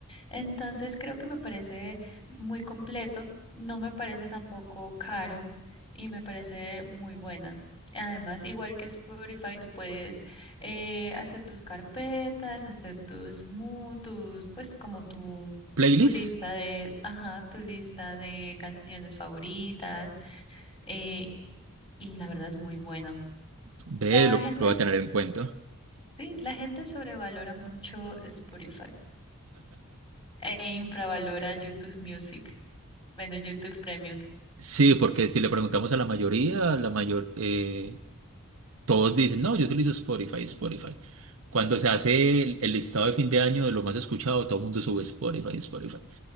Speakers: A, on the left (about 25°); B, on the right (about 70°).
A: Entonces creo que me parece muy completo, no me parece tampoco caro y me parece muy buena. Además, igual que Spotify, tú puedes eh, hacer tus carpetas, hacer tus, mu- tus, pues como tu,
B: ¿Playlist?
A: tu lista de, ajá, tu lista de canciones favoritas eh, y la verdad es muy bueno.
B: Ve,
A: La
B: lo,
A: gente,
B: lo voy
A: es-
B: a tener en cuenta.
A: sí, la gente sobrevalora mucho Spotify. E infravalora YouTube Music. Bueno, YouTube Premium.
B: Sí, porque si le preguntamos a la mayoría, la mayor, eh, todos dicen, no, yo utilizo Spotify, Spotify. Cuando se hace el, el listado de fin de año de lo más escuchado, todo el mundo sube Spotify, Spotify.